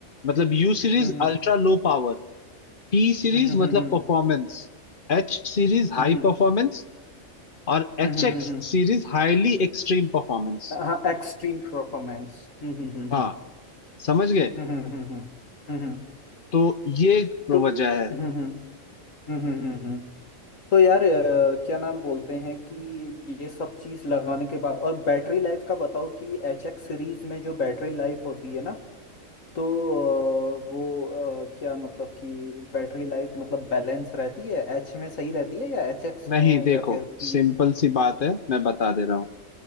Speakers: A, on the left (about 40°); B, on the left (about 70°).
A: मतलब U series
B: हम्म
A: ultra low power T series
B: हम्म हम्म
A: मतलब
B: हम्म
A: performance
B: हम्म
A: H series high
B: हम्म हम्म
A: performance और H
B: हम्म हम्म
A: X
B: हम्म, हम्म, हम्म,
A: series highly extreme performance
B: हम्म। हाँ एक्सट्रीम परफॉर्मेंस हम्म हम्म
A: हाँ
B: हम्म
A: समझ गए
B: हम्म हम्म हम्म हम्म
A: तो ये
B: तो हम्म
A: वजह है
B: हम्म हम्म हम्म हम्म, हम्म, हम्म, हम्म। तो यार अ, क्या नाम बोलते हैं कि ये सब चीज़ लगाने के बाद और बैटरी लाइफ का बताओ कि एच एक्स सीरीज में जो बैटरी लाइफ होती है ना तो अ, वो अ, क्या मतलब कि बैटरी लाइफ मतलब बैलेंस रहती है एच में सही रहती है या एच एक्स
A: नहीं
B: में
A: देखो
B: या फिर पी
A: सिंपल
B: में
A: सी बात है मैं बता दे रहा हूँ